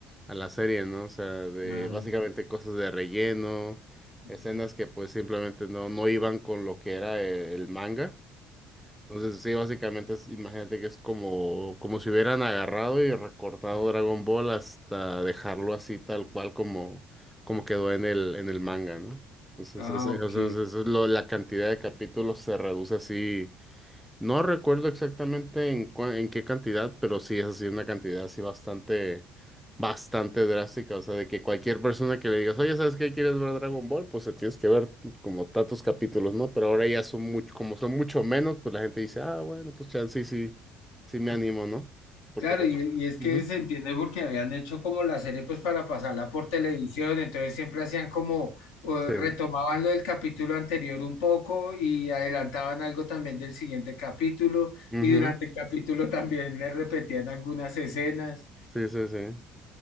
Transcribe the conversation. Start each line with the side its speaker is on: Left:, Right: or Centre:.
Centre: a la serie, ¿no? O sea, de,
Left: Ah,
Centre: básicamente cosas de relleno,
Left: ujú.
Centre: escenas que, pues, simplemente no, no iban con lo que era el el manga. Entonces, sí, básicamente, es- imagínate que es como, como si hubieran agarrado y recortado Dragon Ball hasta dejarlo así tal cual como, como quedó en el, en el manga, ¿no? Entonces,
Left: Ah,
Centre: es, es-
Left: ok.
Centre: es- es lo- la cantidad de capítulos se reduce así no recuerdo exactamente en, cua- en qué cantidad, pero sí es así una cantidad así bastante, bastante drástica. O sea, de que cualquier persona que le digas, oye, ¿sabes qué? ¿Quieres ver Dragon Ball? Pues se tienes que ver como tantos capítulos, ¿no? Pero ahora ya son mucho, como son mucho menos, pues la gente dice, ah, bueno, pues chance, sí, sí, sí me animo, ¿no? Porque
Left: Claro,
Centre: pues,
Left: y, y es que
Centre: ujú,
Left: se entiende porque habían hecho como la serie pues para pasarla por televisión, entonces siempre hacían como eh,
Centre: sí,
Left: retomaban lo del capítulo anterior un poco y adelantaban algo también del siguiente capítulo
Centre: ujú,
Left: y durante el capítulo también le repetían algunas escenas.
Centre: sí, sí, sí, sí,